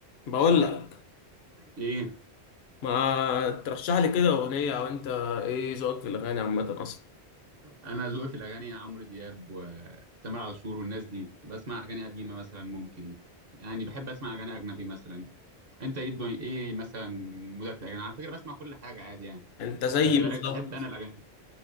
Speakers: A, on the left (about 70°); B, on the right (about 60°).
A: بقول لك
B: ايه
A: ما ترشح لي كده اغنيه او انت ايه ذوقك في الاغاني عامه اصلا
B: انا ذوقي في الاغاني عمرو دياب وتامر عاشور والناس دي بسمع اغاني قديمه مثلا ممكن يعني بحب اسمع اغاني اجنبي مثلا انت ايه الدنيا ايه مثلا مودك في الاغاني على فكره بسمع كل حاجه عادي يعني
A: انت زيي
B: بس
A: بالظبط
B: برا- بحب انا الاغاني دي